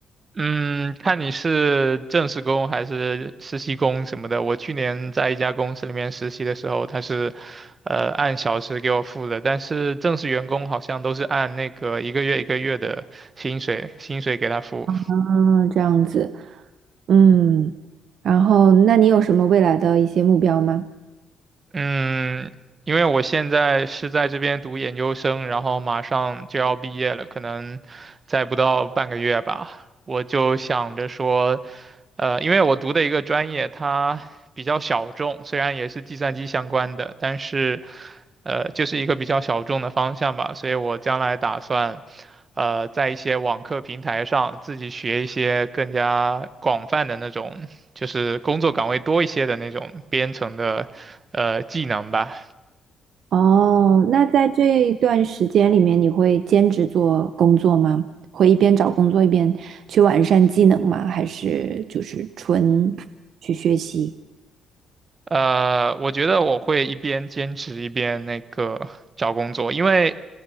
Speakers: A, on the right (about 35°); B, on the right (about 65°).
A: 嗯，看你是正式工还是实习工什么的。我去年在一家公司里面实习的时候，他是，呃，按小时给我付的，但是正式员工好像都是按那个一个月一个月的薪水，薪水给他付。
B: 嗯，这样子。嗯，然后那你有什么未来的一些目标吗？
A: 嗯，因为我现在是在这边读研究生，然后马上就要毕业了，可能再不到半个月吧，我就想着说，呃，因为我读的一个专业它比较小众，虽然也是计算机相关的，但是。呃，就是一个比较小众的方向吧，所以我将来打算，呃，在一些网课平台上自己学一些更加广泛的那种，就是工作岗位多一些的那种编程的，呃，技能吧。
B: 哦，那在这一段时间里面，你会兼职做工作吗？会一边找工作一边去完善技能吗？还是就是纯去学习？
A: 呃，我觉得我会一边兼职一边那个找工作，因为